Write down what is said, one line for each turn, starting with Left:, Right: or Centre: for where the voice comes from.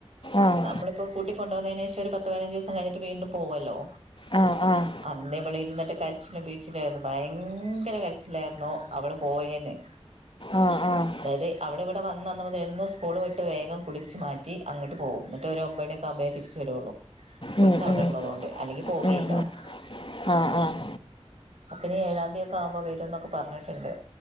Left: ആഹ്
Right: നമ്മളിപ്പോ കൂട്ടി കൊണ്ടോന്നേന് ശേഷം ഒരു പത്ത് പതിനഞ്ച് ദിവസം കഴിഞ്ഞിട്ട് വീണ്ടും പോകുവല്ലോ
Left: ആഹ് ആഹ്
Right: അന്ന് ഇവള് ഇരുന്നിട്ട് കരച്ചിലും പിഴിച്ചിലായിരുന്നു ഭയങ്കര കരച്ചിലായിരുന്നു അവള് പോയേന്
Left: ആഹ് ആഹ്
Right: അതായത് അവള് ഇവിടെ വന്നന്ന് മുതൽ സ്കൂൾ വിട്ട് വേഗം കുളിച്ച് മാറ്റി അങ്ങട്ട് പോകും എന്നിട്ട് ഒരു ഒമ്പണി ക്കാമ്പേ തിരിച്ചുവരുവുള്ളൂ കൊച്ച്
Left: ഉം
Right: അവിടെ
Left: ഉം
Right: ഒള്ളതോണ്ട് അല്ലെങ്കി പോവേല്ല
Left: ഉം
Right: ല്ല
Left: ഉം ആഹ് ആഹ്
Right: അപ്പനി ഏഴാം തീ ഒക്കെ ആവുമ്പോ വരും എന്നൊക്കെ പറഞ്ഞട്ട്ണ്ട്